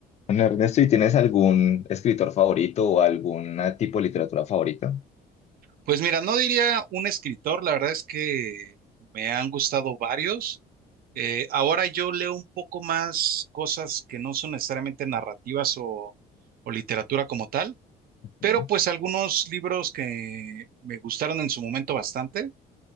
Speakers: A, on the left (about 40°); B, on the right (about 60°).
A: Bueno, Ernesto, ¿y tienes algún escritor favorito o algún tipo de literatura favorita?
B: Pues mira, no diría un escritor, la verdad es que me han gustado varios. Eh, ahora yo leo un poco más cosas que no son necesariamente narrativas o, o literatura como tal,
A: Ujú.
B: pero pues algunos libros que me gustaron en su momento bastante